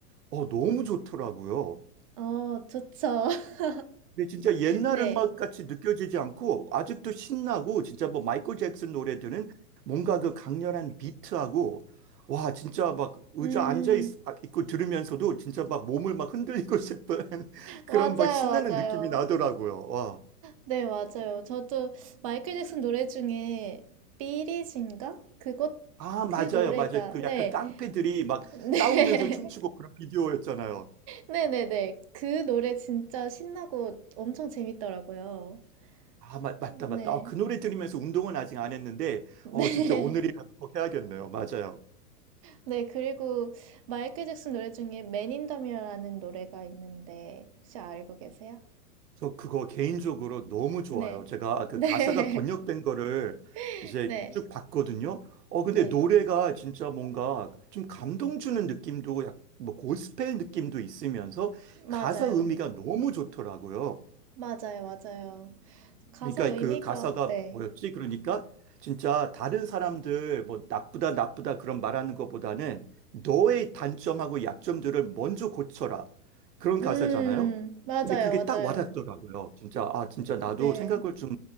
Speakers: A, on the right (about 85°); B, on the right (about 25°).
A: 어, 너무 좋더라고요.
B: 어, 좋죠. <laughs>
A: 근데 진짜 옛날
B: 네.
A: 음악 같이 느껴지지 않고 아직도 신나고 진짜 뭐 마이클 잭슨 노래들은 뭔가 그 강렬한 비트하고 와 진짜 막 의자
B: 음,
A: 앉아 있, 아, 있고 들으면서도 진짜 막 몸을 막 흔들리고 <laughs> 싶은 그런
B: 맞아요,
A: 막 신나는
B: 맞아요.
A: 느낌이 나더라고요. 와.
B: 네, 맞아요. 저도 마이클 잭슨 노래 중에 삐리진가? 그것,
A: 아, 맞아요.
B: 그 노래가,
A: 맞아요. 그
B: 네.
A: 약간 깡패들이
B: <laughs>
A: 막
B: 네.
A: 싸우면서 춤추고 그런 비디오였잖아요.
B: 네네네. 그 노래 진짜 신나고 엄청 재밌더라고요.
A: 아, 맞, 맞다,
B: 네.
A: 맞다. 아, 그 노래 들으면서 운동은 아직 안 했는데,
B: 네.
A: 어, 진짜 오늘이라도 꼭 해야겠네요. 맞아요.
B: 네, 그리고 마이클 잭슨 노래 중에 Man in the Mirror라는 노래가 있는데 혹시 알고 계세요?
A: 저 그거 개인적으로 너무 좋아요.
B: 네.
A: 제가 그
B: 네.
A: 가사가 번역된 거를
B: <laughs>
A: 이제
B: 네.
A: 쭉 봤거든요. 어,
B: 네.
A: 근데 노래가 진짜 뭔가 좀 감동 주는 느낌도 약, 뭐 고스펠 느낌도 있으면서
B: 맞아요.
A: 가사 의미가 너무 좋더라고요.
B: 맞아요. 맞아요. 가사
A: 그러니까
B: 의미가
A: 그 가사가
B: 네.
A: 뭐였지? 그러니까 진짜 다른 사람들 뭐 나쁘다 나쁘다 그런 말하는 것보다는 너의 단점하고 약점들을 먼저 고쳐라. 그런
B: 음.
A: 가사잖아요.
B: 맞아요.
A: 근데 그게
B: 맞아요.
A: 딱 와닿더라고요. 진짜 아 진짜 나도
B: 네.
A: 생각을 좀